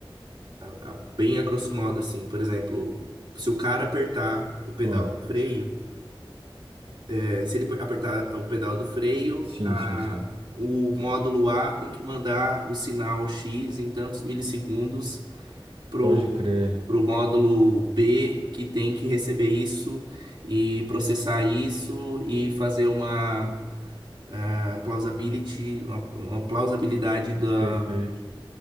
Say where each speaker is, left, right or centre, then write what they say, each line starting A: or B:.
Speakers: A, on the right (about 50°); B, on the right (about 80°).
A: a- bem a grosso modo, assim, por exemplo, se o cara apertar o pedal
B: Ah,
A: do freio, é, se ele per- apertar o pedal do freio,
B: sim,
A: a-
B: sim, sim.
A: o módulo A tem que mandar o sinal X em tantos milissegundos pro,
B: Pode crer.
A: pro módulo B, que tem que receber isso e processar isso e fazer uma ah, plausibility, uma, uma plausibilidade da,
B: Perfeito.